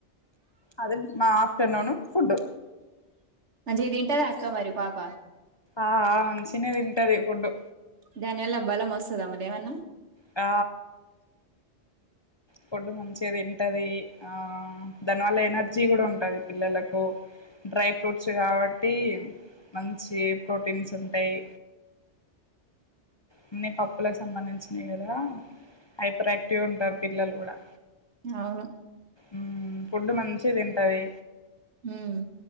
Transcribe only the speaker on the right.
మంచిగ్ తింటదా అక్క మరి పాప.
దానివల్ల బలం వస్తద మల్లేమన్నా
అవును
అవును